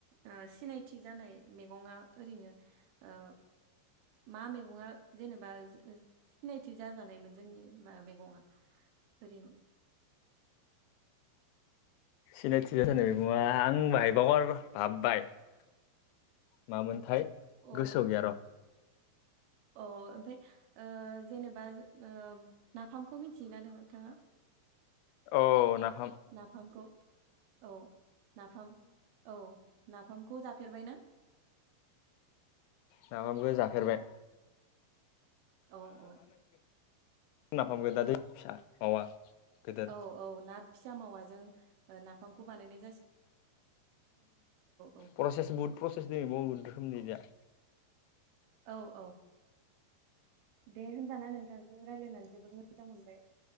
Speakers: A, on the right; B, on the left.
A: ओ सिनायथि जानाय मैगङा ओरैनो ओ मा मैगङा जेनेबा सिनायथि जाजानायमोन जोंनि मा मैगङा ओरैनो
B: सिनायथि जानाय मैगङा आं <unintelligible> मामोनथाय
A: अ
B: गोसोआव गैया र'
A: अ ओमफाय ओ जेनेबा ओ नाफामखौ मिथियोना नोंथाङा
B: औ नाफाम
A: नाफामखौ औ नाफाम औ नाफामखौ जाफेरबाय ना
B: नाफामखौ जाफेरबाय
A: औ-औ-औ
B: नाफाम दा दै फिसा मावा गिदिर
A: औ औ ना फिसा मावाजों नाफामखौ बानायनो औ
B: प्रसेस बहुद प्रसेस दब बहुद रोखोमनि दा
A: औ औ दे होनबाना नोंथांखौ रायलायनानै जोबोद मोजां मोनबाय